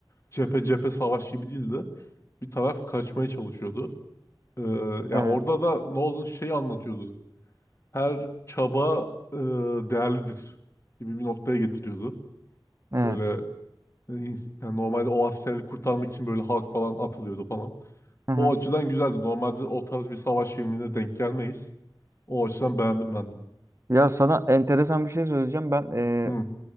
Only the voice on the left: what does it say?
cephe cephe savaş gibi değildi. Bir taraf kaçmaya çalışıyordu. Ee,
ya orada da Nolan şeyi anlatıyordu. her çaba e, değerlidir gibi bir noktaya getiriyordu.
Böyle e, ins- yani normalde o askerleri kurtarmak için böyle halk falan atılıyordu falan.
O açıdan güzeldi. Normalde o tarz bir savaş filmine denk gelmeyiz. O açıdan beğendim ben de.
Hı.